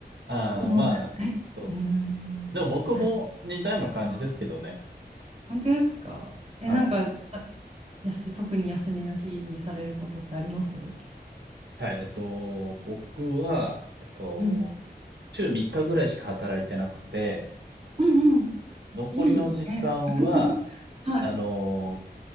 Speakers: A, on the right; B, on the right.
A: ああ、
B: もう、
A: まあ、
B: だい、
A: そう。
B: うーん、
A: でも僕も似たような感じですけどね。
B: だい、あ本当ですかえ、
A: はい。
B: なんか、さやす、特に休みの日にされることってあります
A: はい。えっと、僕は、えっと、
B: うん。
A: 週3日ぐらいしか働いてなくて、
B: うんうん。
A: 残りの時間は、
B: いい。え、<laughs> はい。
A: あの、